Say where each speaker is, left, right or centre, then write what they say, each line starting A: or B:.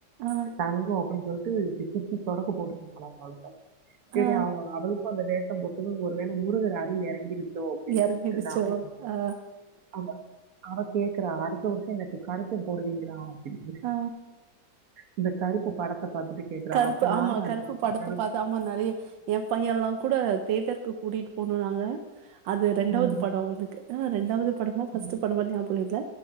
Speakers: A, on the right; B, on the right.
A: ஆ.
B: தங்கோ அப்டீன்னு சொல்ட்டு சுத்தி சொடக்கு போட்டுட்டு போனாங்க அவளுக்கோ செரி
A: ஆ.
B: அவ அவளுக்கோ அந்த வேஷோ போட்டதோ ஒரு வேல முருகர் அருள் எறங்கிருச் சோ அப்டின் நெனச்சுட்டு
A: இறங்கிடுச்சோ?
B: நாமு
A: ஆ.
B: அவ அவ கேக்குறா அடுத்த வருஷோ எனக்கு கரப்பன் போடுவீங்களா அப்டின்னு
A: ஆ
B: இந்த கருப்பு படத்த பாத்துட்டு கேக்குறா
A: கருப்பு
B: அப்ப நானு
A: ஆமா.
B: அடுத்த
A: கருப்பு
B: வருஷோ
A: படத்த
B: கருப்
A: பார்த்து ஆமா நெறைய எ பையே எல்லா கூட தேட்டருக்கு கூட்டிட்டு போணோ நாங்க அது ரெண்டாவது
B: ம்,
A: படோ அவனுக்கு ஆ ரெண்டாவது படமா
B: ம்,
A: ஃபஸ்ட்டு படமா ஞாபகோ இல்ல